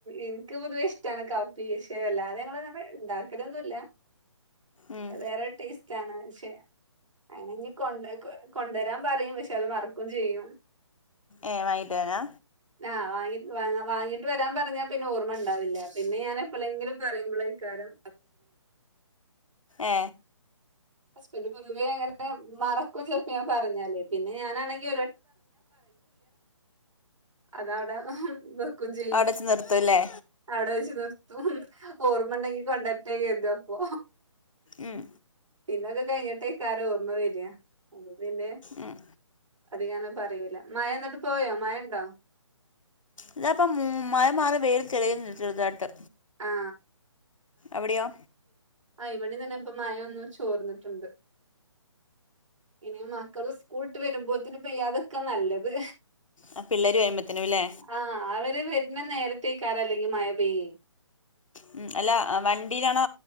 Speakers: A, on the right; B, on the left.
A: എനിക്ക് പൊതുവെ ഇ ഇഷ്ട്ടാണ് കാപ്പി പക്ഷെ വല്ലാതെ ഞ ങ്ങൾ ഇണ്ടാക്കലൊന്നുല്ല
B: ഉം
A: വേറെ ടേസ്റ്റ് ആണ് പക്ഷെ അയ് കൊണ്ട് കൊ കൊണ്ടുവരാൻ പറയും പക്ഷെ അത് മറക്കും ചെയ്യും
B: ഏഹ് വാങ്ങിട്ട് വരാ
A: ആ വാങ്ങിവാങ്ങിട്ട് വരാൻ പറഞ്ഞ പറഞ്ഞാ പിന്നെ ഓർമ്മ ഉണ്ടാവില്ല പിന്നെ ഞൻ എപ്പോഴെങ്കിലും പറയുമ്പോളക്കാരം
B: ഏ
A: ഹസ്ബന്റ് പൊതുവേ അങ്ങനെ മറക്കും ചെലപ്പം ഞാൻ പറഞ്ഞാലേ പിന്നെ ഞാനാണെങ്കി അത് അവിടെ വെക്കും ചെയ്യും
B: അവിടെ വെച്ച് നിർത്തുംല്ലേ
A: അവിടെ വെച്ച് നിർത്തും ഓർമ്മ ഉണ്ടെങ്കി കൊണ്ടരത്തെ കരുതും അപ്പൊ
B: ഉം
A: പിന്നൊക്കെ കഴിഞ്ഞിട്ടേകാരം ഓർമ്മ വര പിന്നെ
B: ഉം
A: അതികം അങ്ങനെ പറയില്ല മഴ എന്നിട്ട് പോയോ മഴ ഇണ്ടോ
B: ഇതാപ്പൊ മഴമാറി വെയില തെളിയ ചെറുതായിട്ട്
A: ആ
B: അവിടെയോ
A: ആ ഇവിടെ തന്നെ ഇപ്പൊ മഴൊന്നു ചോർന്നിട്ടുണ്ട് ഇനി മക്കള് സ്കൂൾട്ട് വരുമ്പോത്തിന് പെയ്യാത്ക്ക നല്ലത്
B: ആ പിള്ളേരും വരുമ്പത്തിനുംല്ലേ
A: ആഹ് അവര് വരുന്ന നേരത്തേക്കാരം അല്ലെങ്കിൽ മഴ പെയ്യൽ
B: ഉം അല്ല വണ്ടിയിലാണോ